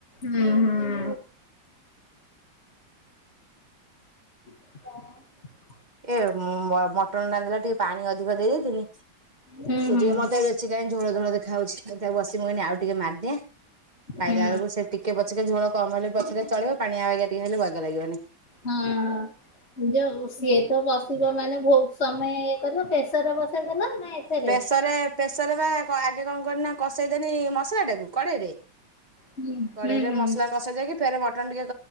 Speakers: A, on the left; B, on the right.
A: ହୁଁ, ହୁଁ। <inaudible>
B: ଏ ମ ମଟନ ରାନ୍ଧୀଲା ବେଳେ ଟିକେ ପାଣି ଅଧିକ ଦେଇଦେଇନି
A: ହୁଁ
B: ସେ
A: ହୁଁ
B: ଟିକେ ମତେ ଏବେ ସେ କାଇଁ ଝୋଳ ଝୋଳ ଦେଖା ଯାଉଛି ତାକୁ ବସିଛି ମୁଁ ଏଇନେ ଆଉ ଟିକେ ମାରିଦିଏ। ଖାଇଲା
A: ହୁଁ
B: ବେଳକୁ ସେ ଟିକେ ପଛିକା ଝୋଳ କମ୍ ହେଲେ ପଛକେ ଚଳିବ ପାଣିଆ ବାଗିଆ ଟିକେ ହେଲେ ବାଗ ଲାଗିବନି।
A: ହଁ, ଯୋଉ ସିଏ ତ ବସିବ ମାନେ ବହୁତ ସମୟ ଏ କରିବ ପ୍ରେସରରେ ବସେଇଦେଲ ନା ଏଥିରେ?
B: ପ୍ରେସରରେ ପ୍ରେସରରେ ବା କ ଆଗେ କଣ କଲି ନା କଷେଇଦେନି ମସଲା ଟାକୁ କଡ଼େଇରେ।
A: ହୁଁ
B: କଢ଼େଇରେ
A: ହୁଁ ହୁଁ
B: ମସଲା କଷା ଯାଇକି ଫେରେ ମଟନ୍ ଟିକେ